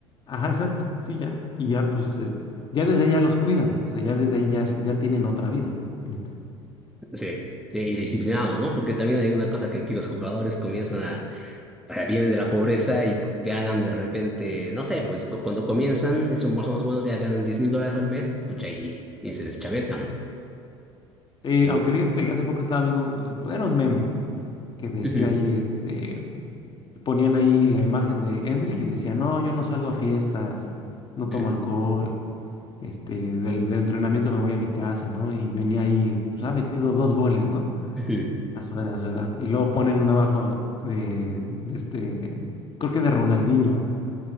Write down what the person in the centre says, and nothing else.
Sí. Sí, y disciplinados, ¿no? Porque también hay una cosa que aquí los jugadores comienzan a, a- vienen de la pobreza y ganan de repente, no sé, pues cu- cuando comienzan y son más o menos buenos, ya ganan diez mil dólares al mes, pucha, y, y se deschavetan.
Y-
<laughs> Ujú,
ujú,
ujú,